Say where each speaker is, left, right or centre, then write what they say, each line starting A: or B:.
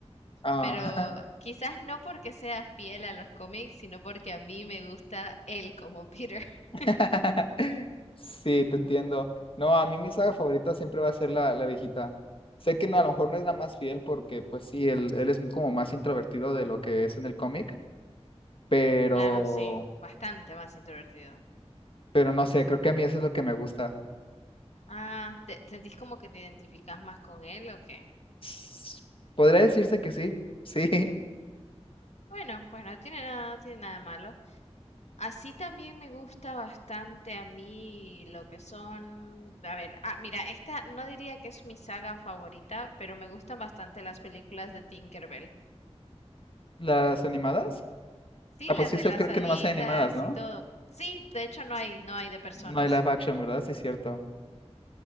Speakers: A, on the left (about 50°); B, on the left (about 75°).
A: Ah.
B: Pero quizás no porque sea fiel a los cómics, sino porque a mí me gusta él como Peter. <laughs>
A: <laughs> Sí, te entiendo. No, a mí mi saga favorita siempre va a ser la, la viejita. Sé que no, a lo mejor no es la más fiel porque, pues sí, él, él es como más introvertido de lo que es en el cómic, pero,
B: Claro, sí, bastante más introvertido.
A: pero no sé, creo que a mí eso es lo que me gusta.
B: Ah, ¿te sentís como que te identificás más con él o qué?
A: S- ¿Podría decirse que sí? Sí,
B: Bueno, pues no tiene nada, no tiene nada de malo. Así también me gusta bastante a mí lo que son, a ver, ah, mira, esta no diría que es mi saga favorita, pero me gustan bastante las películas de Tinkerbell.
A: <laughs> las animadas.
B: Sí,
A: Ah,
B: las
A: pues sí,
B: de
A: sé-
B: las
A: creo
B: haditas
A: que nomás hay animadas, ¿no?
B: y todo. Sí, de hecho no hay, no hay de personas.
A: No hay live action, ¿verdad? Sí, cierto.